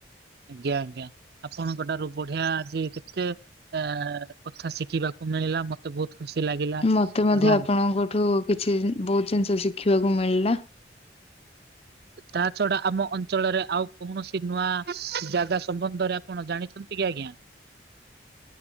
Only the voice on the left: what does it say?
ମତେ ମଧ୍ୟ
ଆପଣଙ୍କଠୁ କିଛି ବହୁତୁ ଜିନିଷ ଶିଖିବାକୁ ମିଳିଲା।